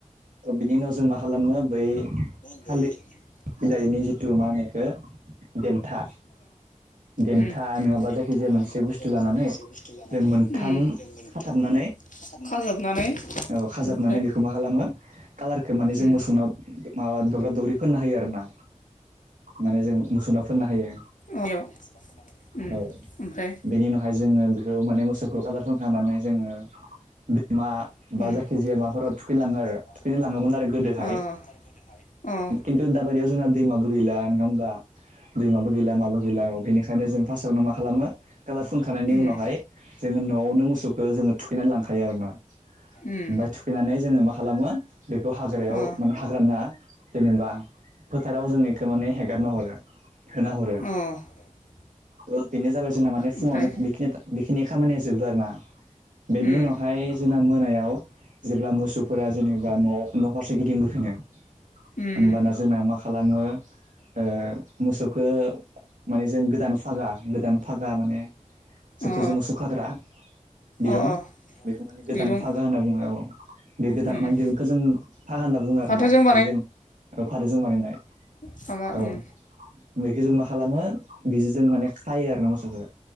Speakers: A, on the right (about 80°); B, on the left (about 80°).
A: थ' बिनि उनाव जों मा खालामनो बै
B: बै
A: थालिर बिलाइनि
B: अ अ
A: जिथु मा होनो बेखौ देन्था देन्था
B: उम।
A: नङाबा जायखिजाया
B: था
A: मोनसे
B: नङाबा
A: बुस्थु
B: जायखिजाया
A: लानानै
B: मोनसे बुस्थु लानानै
A: जों मोनथाम
B: जों मोनथाम
A: खाथाबनानै
B: खाजाबनानै
A: औ खाजाबनानै
B: बेनिफ्राय
A: बेखौ मा खालामो कालारखौ माने जों
B: उम
A: मोसौनाव माबा दब्रा दुब्रि फोनना होयो आरो ना माने जों मोसौनाव फोनना हायो
B: अयाव उम
A: औ
B: ओमफ्राय
A: बेनि उनाव हाय जोङो बेखौ माने मोसौखौ कालार फोनखांनानै जोङो दैमा
B: उम
A: बा जायखिजाया माबाफोराव थुखैनो लाङो
B: अ
A: आरो थुखैनो लाङोमोन आरो गोदोहाय
B: अ।
A: खिन्थु दाबादियाव जोंना दैमाबो गैला नोङा होमबा? दैमाबो गैला माबो गैला औ बेनिखायनो जों फार्स्टआवनो मा खालामो खालार फुनखांनायनि
B: उम
A: उनावहाय जोङो न'आवनो मोसौखो जोङो थुखैनानै लांखायो आरो ना।
B: उम
A: ओमफाय थुखैनानै जोङो मा खालामो बेखौ हाग्रायाव
B: अ
A: माने हाग्रा नङा जेनेबा फोथाराव जों इखौ माने हेगारना हरो होना हरो।
B: अ आदसा
A: ओ बेनो जाबाय जोंना माने फुङावनो
B: ओमफ्राय
A: बेखियाथा बेखिनि खामानिया जोबो आरो ना। बेनि
B: उम
A: उनावहाय मोनायाव जेब्ला मोसौफोरा जेनेबा न'आव न' फारसे गिदिंबोफिनो
B: उम
A: होमबाना जोंना मा खालामो ओ मोसौखो माने जों गोदान फागा गोदान फागा माने जुथुजों
B: अ
A: मोसौ खाग्रा दिरुं
B: अ
A: खौ माने गोदान
B: दिरुं
A: फागा होनना बुङो औ बे गोदान
B: उम
A: मान दिरुंखौ जों फागा होनना बुङो आरोना
B: फाथोजों
A: बे जों फाथोजों बानायनाय।
B: फागा
A: औ
B: उम।
A: बेखौ जों मा खालामो बिजों जों माने खायो आरो ना मोसौखो।